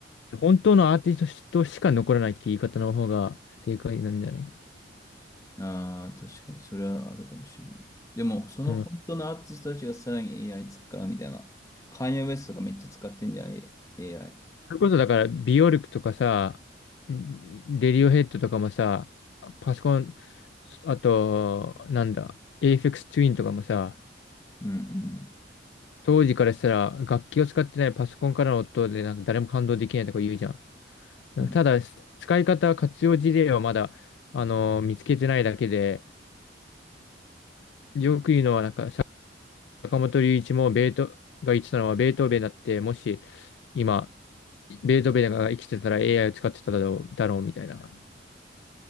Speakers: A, on the left (about 70°); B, on the left (about 20°).
A: 本当のアーティストとしか残らないって言い方の方が正解なんじゃないか
B: ああ、確かにそれはあるかもしれない。でも、その本当のアーティストたちがさらに
A: な。
B: AI 使うみたいな。カーニェ・ウエストとかめっちゃ使ってんじゃん、A- i
A: それこそだから、ビオルクとかさ、んレディオヘッドとかもさ、パソコン、あと、なんだ、エイフェクスツインとかもさ、
B: うんうん。
A: 当時からしたら楽器を使ってないパソコンからの音でなんか誰も感動できないとか言うじゃん。だただ、
B: うん
A: 使い方、活用事例はまだ、あの見つけてないだけで、よく言うのはなんか、坂本龍一もベートが言ってたのはベートーベンだって、もし今、ベートーベンが生きてたら AI を使ってただろう、だろうみたいな。